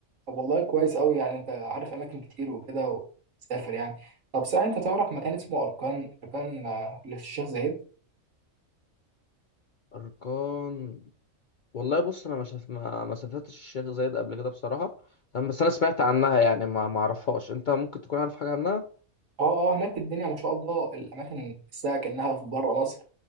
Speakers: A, on the right; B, on the left.
A: طب والله كويس قوي يعني انت عارف اماكن كتير وكده وتسافر يعني طب صحيح انت تعرف مكان اسمه اركان اركان آه، اللي في الشيخ زايد
B: أركان والله بص انا ما شف... ما ما سافرتش الشيخ زايد قبل كده بصراحه تمام بس انا سمعت عنها يعني ما ما اعرفهاش انت ممكن تكون عارف حاجه عنها
A: اه اه هناك الدنيا ما شاء الله الاماكن تحسها كانها في بره مصر